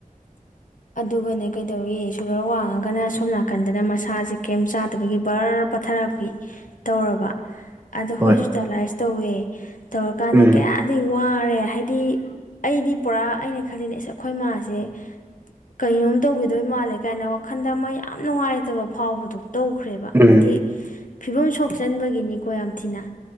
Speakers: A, on the left (about 70°); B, on the right (about 15°).
A: ꯑꯗꯨꯒꯅꯦ ꯀꯩꯗꯧꯋꯏ ꯁꯨꯒꯔ ꯋꯥꯡꯉꯒꯅ ꯁꯣꯝ ꯅꯥꯀꯟꯗꯅ ꯃꯁꯥꯁꯦ ꯀꯦꯝ ꯆꯥꯗꯕꯒꯤ ꯕꯔꯞ ꯄꯊꯔꯥꯄꯤ ꯇꯧꯔꯕ ꯑꯗꯣ
B: ꯍꯣꯏ
A: ꯍꯣꯁꯄꯤꯇꯥꯂꯥꯏꯁ ꯇꯧꯋꯦ ꯇꯧꯔꯀꯥꯟꯗ
B: ꯎꯝ
A: ꯀꯌꯥꯝ ꯑꯗꯩ ꯋꯥꯔꯦ ꯍꯥꯏꯗꯤ ꯑꯩꯗꯤ ꯄꯨꯔꯥ ꯑꯩꯅ ꯈꯜꯂꯤꯅꯦ ꯑꯁ ꯑꯩꯈꯣꯏ ꯃꯥꯥꯁꯦ ꯀꯩꯅꯣꯝ ꯇꯧꯕꯤꯗꯣꯏ ꯃꯥꯜꯂꯦ ꯀꯥꯏꯅ ꯋꯥꯈꯟꯗ ꯑꯃ ꯌꯥꯝ ꯅꯨꯡꯉꯥꯏꯇꯕ ꯐꯥꯎꯕꯗꯣ ꯇꯧꯈ꯭ꯔꯦꯕ
B: ꯎꯝ
A: ꯍꯥꯏꯗꯤ ꯐꯤꯕꯝ ꯁꯣꯛꯆꯟꯕꯒꯤꯅꯤꯀꯣ ꯌꯥꯝ ꯊꯤꯅ